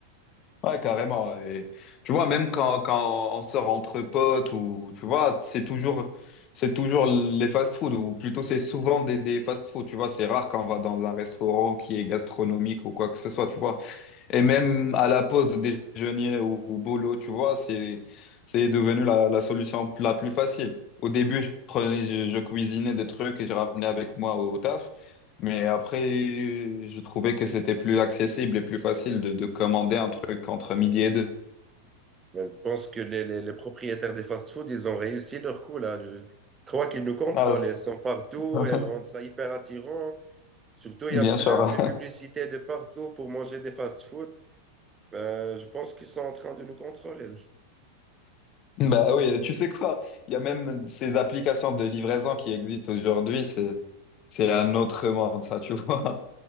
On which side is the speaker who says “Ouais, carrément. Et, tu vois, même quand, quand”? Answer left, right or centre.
Left